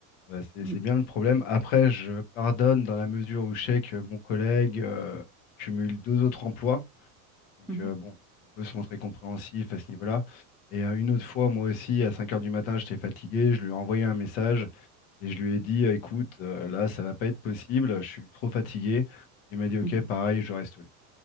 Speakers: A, on the left; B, in the centre.
A: Euh, c'est
B: mm,
A: c'est bien le problème. Après je pardonne dans la mesure où je sais que mon collègue euh, cumule deux autres emplois. Donc
B: mhm,
A: euh, bon, on peut se montrer compréhensif à ce niveau-là. Et euh, une autre fois, moi aussi, à 5 heures du matin, j'étais fatigué, je lui ai envoyé un message et je lui ai dit, euh, écoute, euh, là, ça va pas être possible, je suis trop fatigué. Il m'a dit, ok,
B: mhm.
A: pareil, je reste au lit.